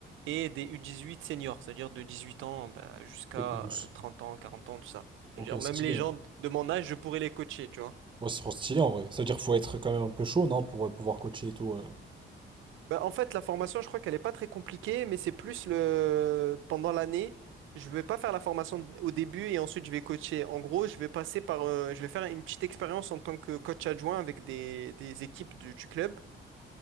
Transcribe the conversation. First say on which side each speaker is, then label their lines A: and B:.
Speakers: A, on the right; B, on the right.
A: et des U18 seniors, c'est-à-dire de 18 ans bah, jusqu'à
B: Et plus.
A: euh, 30 ans, 40 ans, tout ça.
B: Ok,
A: C'est-à-dire
B: stylé.
A: même les gens de mon âge, je pourrais les coacher, tu vois.
B: Ouais, c'est trop stylé en vrai. Ça veut dire qu'il faut être quand même un peu chaud, non, pour euh, pouvoir coacher et tout. euh.
A: Bah, en fait, la formation, je crois qu'elle est pas très compliquée, mais c'est plus le pendant l'année. Je vais pas faire la formation au début et ensuite je vais coacher. En gros, je vais passer par, euh, je vais faire une petite expérience en tant que coach adjoint avec des, des équipes du, du club.